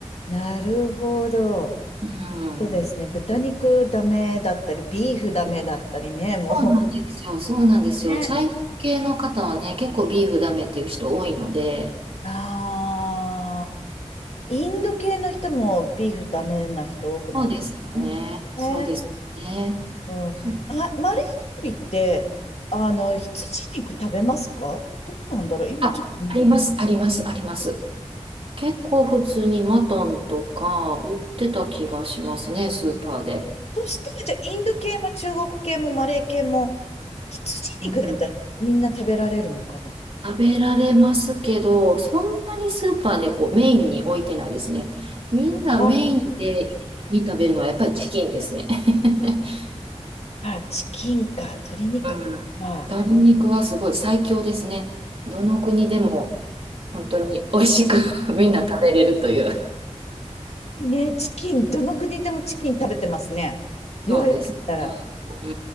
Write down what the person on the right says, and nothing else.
うん。
そうなんですよ。そうなんですよ。
チャイナ系の方はね、結構ビーフダメっていう人多いので、
そうですよね。そうですよね。
そう
あ、あります、あります、あります。結構普通にマトンとか売ってた気がしますね、スーパーで。
うん食べられますけど、そんなにスーパーでこうメインに置いてないですね。みんなメインで一食べるのはやっぱりチキンですね。
<laughs>
うん鶏 <laughs> 肉はすごい最強ですね。どの国でも本当に美味しく <laughs> みんな食べれるという
そうですね。
う